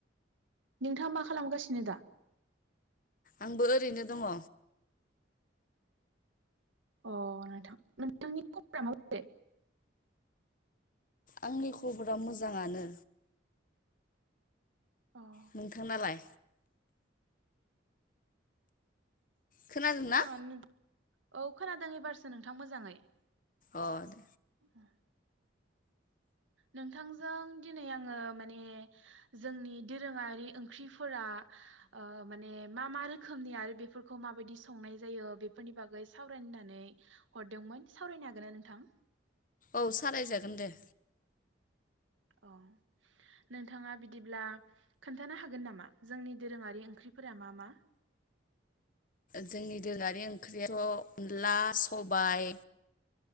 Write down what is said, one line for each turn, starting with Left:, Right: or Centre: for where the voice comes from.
Right: नोंथाङा मा खालामगासिनो दा
Left: आंबो ओरैनो दङ
Right: अ नोंथां नोंथांनि खबरा माबोरै
Left: आंनि खबरा मोजाङानो
Right: अ मोजाङानो
Left: नोंथांनालाय खोनादोंना
Right: जाङानो नों औ खोनादों एबारसो नोंथां मोजाङै
Left: अ दे
Right: <unintelligible> नोंथांजों दिनै आङो माने जोंनि दोरोङारि ओंख्रिफोरा ओ माने मा मा रोखोमनि आरो बेफोरखौ माबायदि संनाय जायो बेफोरनि बागै सावरायनानै हरदोंमोन सावरायनो हागोन ना नोंथां
Left: औ सालायजागोन दे
Right: अ नोंथाङा बिदिब्ला खोन्थानो हागोन नामा जोंनि दोरोङारि ओंख्रिफोरा मा मा
Left: जोंनि दोरोङारि ओंख्रियाथ' अनदला सबाइ